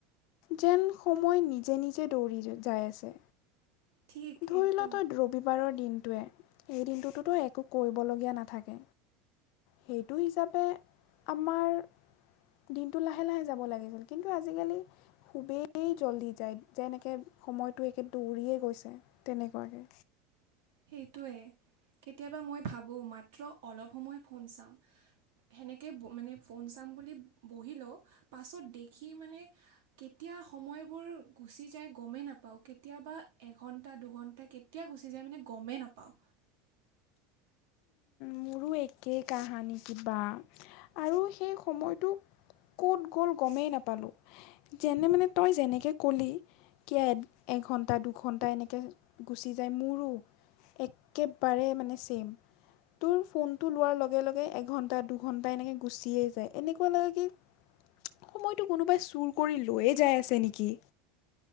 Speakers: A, on the left; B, on the right.
A: যেন সময় নিজে নিজে দৌৰি যাই আছে।
B: ঠিক
A: ধৰি
B: একদম
A: ল ত ৰবিবাৰৰ দিন এই দিনটোতোতো একো কৰিবলগীয়া নাথাকে সেইটো হিচাপে আমাৰ দিনটো লাহে লাহে যাব লাগিছিল কিন্তু আজিকালি খুবেই জলদি যায় যে একে সময়টো একে দৌৰিয়ে গৈছে তেনেকুৱাকৈ
B: সেইটোৱে কেতিয়াবা মই ভাবোঁ মাত্ৰ অলপ সময় ফোন চাম সেনেকে মানে ফোন চাম বুলি বহিলেও পাছত দেখি মানে কেতিয়া য়া সময়বোৰ গুচি যায় গমেই নাপাওঁ কেতিয়াবা এঘণ্টা দুঘণ্টা কেতিয়া গুচি যায় মানে গমেই নাপাওঁ
A: মোৰো একে কাহানী কিবা আৰু সেই সময়টোক ক'ত গ'ল গমেই নাপালোঁ যেনে মানে তই যেনেকৈ ক'লি কিয় এঘণ্টা দুঘণ্টা এনেকে গুচি যায় মোৰো একেবাৰে মানে ছেম তোৰ ফোনটো লোৱাৰ লগে লগে এঘণ্টা দুঘণ্টা এনেকৈ গুচিয়ে যায় এনেকুৱা লাগে কি সময়টো কোনোবাই চুৰ কৰি লৈয়ে যাই আছে নেকি